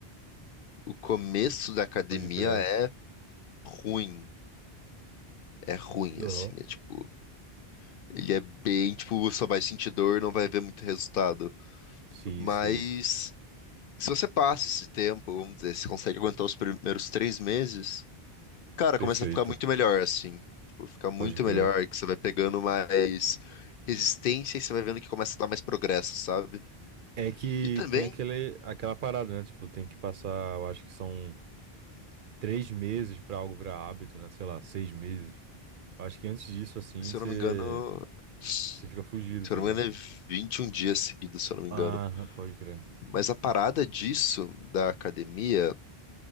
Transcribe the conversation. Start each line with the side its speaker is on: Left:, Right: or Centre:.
Left: o começo da academia
Right: pode crer.
Left: é ruim. É ruim,
Right: Aham.
Left: assim. É tipo. Ele é bem, tipo, só vai sentir dor, não vai ver muito resultado.
Right: Sim,
Left: Mas.
Right: sim.
Left: Se você passa esse tempo, vamos dizer, se consegue aguentar os primeiros três meses, cara,
Right: Perfeito.
Left: começa a ficar muito melhor, assim. Tipo, fica muito
Right: Pode crer.
Left: melhor, que você vai pegando mais resistência e você vai vendo que começa a dar mais progresso, sabe?
Right: É que
Left: E também,
Right: tem aquele, aquela parada, né? Tipo, tem que passar, eu acho que são três meses pra algo virar hábito, né? Sei lá, seis meses. Eu acho que antes disso, assim,
Left: se
Right: você
Left: eu não me engano, se
Right: você fica fugido, tá
Left: eu não
Right: ligado?
Left: me engano, é 21 dias seguidos, se eu não me
Right: Ah,
Left: engano.
Right: pode crer.
Left: Mas a parada disso, da academia,